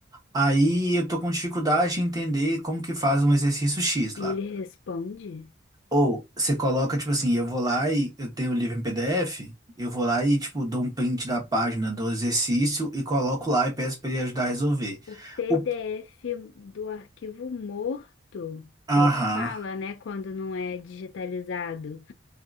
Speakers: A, on the right (about 20°); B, on the left (about 75°).
A: Aí eu tô com dificuldade em entender como que faz um exercício X lá.
B: E ele responde:
A: Ou você coloca, tipo assim, eu vou lá e eu tenho o livro em PDF, eu vou lá e, tipo, dou um print da página do exercício e coloco lá e peço para ele ajudar a resolver.
B: o PDF
A: O...
B: do arquivo morto,
A: Aham.
B: que é o que fala, né, quando não é digitalizado.